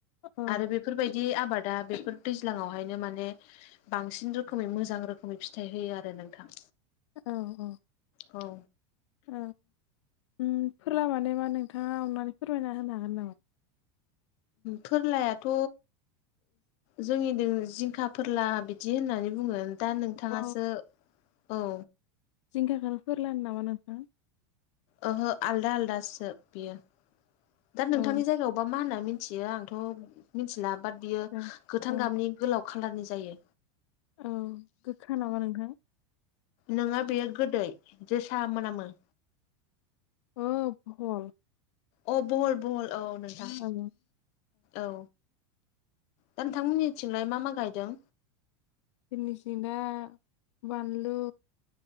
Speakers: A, on the left; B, on the left.
A: औ
B: आरो बेफोरबायदि आबादा बेफोर दैज्लाङावहायनो माने बांसिन रोखोमै मोजां रोखोमै फिथाइ होयो आरो नोंथां
A: औ औ
B: औ
A: औ उम फोरला माने मा नोंथाङा अननानै फोरमायना होनो हागोन नामा
B: फोरलायाथ' जोंनिजों जिंखा फोरला बिदि होननानै बुङो दा नोंथाङासो
A: अ
B: औ
A: जिंखाखोनो फोरला होनो नामा नोंथां
B: ओहो आलदा आलदासो बियो दा नोंथांनि
A: औ
B: जायगायाव बा मा होन्ना मिथियो आंथ' मिथिला बाट बियो
A: दे
B: गोथां
A: औ
B: गाबनि गोलाव खालारनि जायो
A: औ गोखा नामा नोंथां?
B: नोङा बेयो गोदै जोसा मोनामो
A: अ बहल
B: अ बहल बहल औ नोंथां
A: औ
B: औ दा नोंथांमोननिथिंलाय मा मा गायदों
A: जोंनि सिं दा बानलु